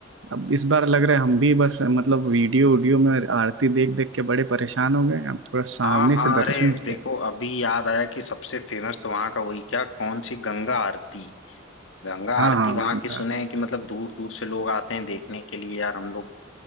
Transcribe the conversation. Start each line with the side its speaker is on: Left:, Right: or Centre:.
Right: अब इस बार लग रहा है हम भी बस मतलब वीडियो वीडियो में आरती देख देख के बड़े परेशान हो गए हैं। अब थोड़ा सामने
Left: हाँ हाँ
Right: से
Left: अरे
Right: दर्शन किया
Left: देखो अभी याद आया कि सबसे फेमस तो वहां का वही क्या कौन सी गंगा आरती गंगा
Right: जाए
Left: आरती
Right: हाँ हाँ
Left: वहां
Right: गंगा
Left: की सुने हैं कि मतलब दूर दूर से लोग आते हैं देखने के लिए यार हम लोग